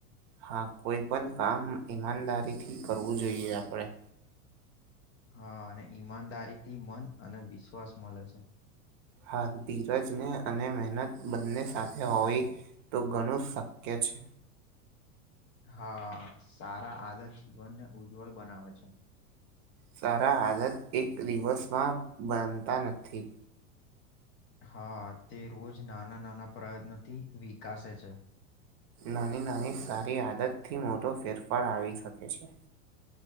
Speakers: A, on the right; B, on the left.
A: હા કોઈ પણ કામ ઈમાનદારીથી કરવું જોઈએ આપણેે.
B: હા અને ઈમાનદારીથી મન અને વિશ્વાસ મળે છે.
A: હા ધીરજને અને મહેનત બંને સાથે હોવી. તો ઘણું શક્ય છે.
B: હા સારા આદર જીવનને ઉજ્જવલ બનાવે છે.
A: સારા આદત એક દિવસમાં બનતા નથી.
B: હા તે રોજ નાના નાના પ્રયત્નોથી વિકસે છે
A: નાની નાની સારી આદતથી મોટો ફેરફાર આવી શકે છે